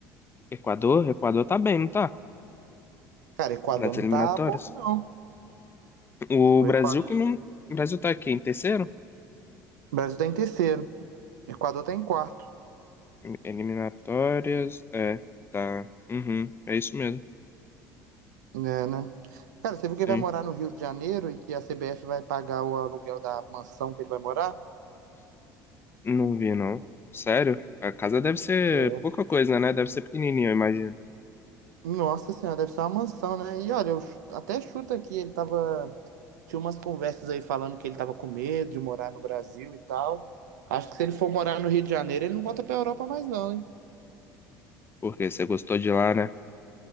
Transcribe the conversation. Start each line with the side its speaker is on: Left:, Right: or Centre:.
Left: Equador, Equador tá bem, não tá?
Right: Cara, Equador
Left: Nas
Right: não
Left: eliminatórias.
Right: tá bobo, não.
Left: O
Right: O
Left: Brasil
Right: Equador.
Left: que não, o Brasil tá aqui em terceiro?
Right: O Brasil tá em terceiro. O Equador tá em quarto.
Left: Eliminatórias, é, tá. Uhum, é isso mesmo.
Right: É, né? Cara, você viu
Left: Sim.
Right: que ele vai morar no Rio de Janeiro e que a CBF vai pagar o aluguel da mansão que ele vai morar?
Left: Não vi, não. Sério? A casa deve ser
Right: É.
Left: pouca coisa, né? Deve ser pequenininha, eu imagino.
Right: Nossa senhora, deve ser uma mansão, né? E olha, eu ch- até chuto aqui, ele tava. Tinha umas conversas aí falando que ele tava com medo de morar no Brasil e tal. Acho que se ele for morar no Rio de Janeiro, ele não volta pra Europa mais, não, hein?
Left: Porque você gostou de lá, né?